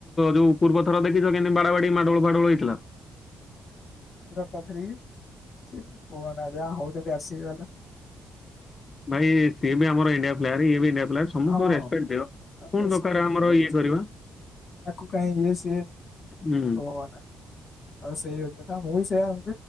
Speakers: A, on the left (about 35°); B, on the left (about 60°).
A: ଯୋଉ ପୂର୍ବ ଥର ଦେଖିଛ କେମତି ବାଡ ବାଡି ମାଡୋଳୁ ଫାଡଳ ହେଇଥିଲା।
B: <unintelligible> କୁହ ନା ଯା ହଉଛନ୍ତି ଆସିକି ବାଲା।
A: ଭାଇ ସିଏ ଆମ ଇଣ୍ଡିଆ ପ୍ଲେୟାର ଇଏବି ଇଣ୍ଡିଆ ପ୍ଲେୟାର। ସମସ୍ତଙ୍କୁ
B: ହଁ
A: ରେସ୍ପେକ୍ଟ ଦିଅ କଣ
B: ରେସପେକ୍ଟ
A: ଦରକାର ଆମର
B: ଦବା କଥା।
A: ଇଏ କରିବା।
B: ଆକୁ କାଇ ଇଏ ସେଏ ଭଗବନେ।
A: ହୁଁ,
B: ଆଉ ସେଇ ହଉଛି ମୁଁ ବି ସେୟା ଆଉ